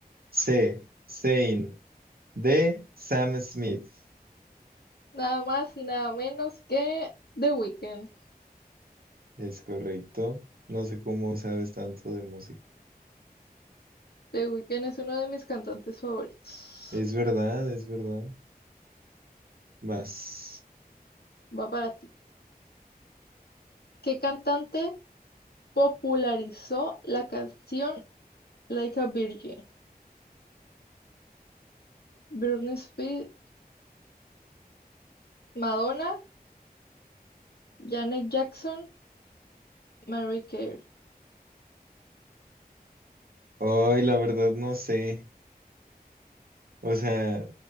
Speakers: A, on the right; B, on the left.
A: C. Zayn. D. Sam Smith.
B: nada más y nada menos que The Weeknd.
A: Es correcto. No sé cómo sabes tanto de música.
B: The Weeknd es uno de mis cantantes favoritos.
A: Es verdad, es verdad. Vas.
B: Va para ti. ¿Qué cantante popularizó la canción Like a Virgin? Britney Spears, Madonna, Janet Jackson, Mariah Carey.
A: ay, la verdad, no sé. O sea,